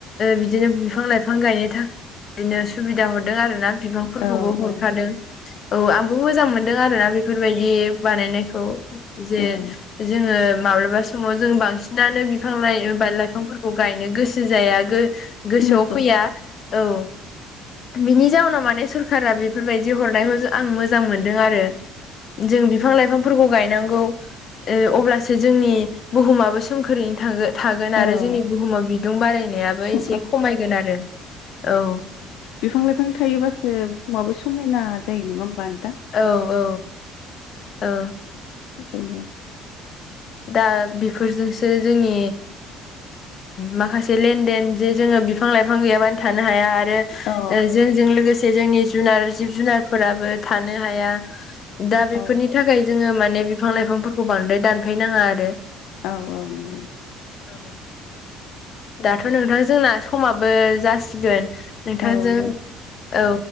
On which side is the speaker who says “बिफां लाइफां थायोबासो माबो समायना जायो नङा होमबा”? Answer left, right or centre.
Left